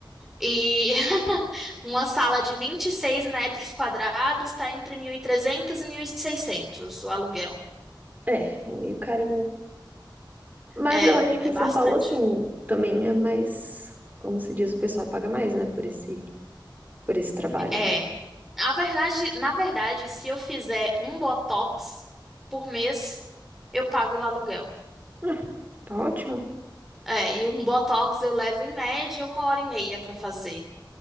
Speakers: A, in the centre; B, on the right.
A: E <laughs> uma sala de 26 metros quadrados está entre mil e trezentos e e mil e seiscentos o aluguel.
B: É, é meio carinho. Mas
A: É,
B: eu acho
A: é
B: que em
A: bastante.
B: São Paulo, assim, também é mais, como se diz, o pessoal paga mais, né, por esse, por esse trabalho.
A: É. A verdade, na verdade, se eu fizer um botox por mês, eu pago o aluguel.
B: Ah, tá ótimo.
A: É, e um botox eu levo em média uma hora e meia para fazer.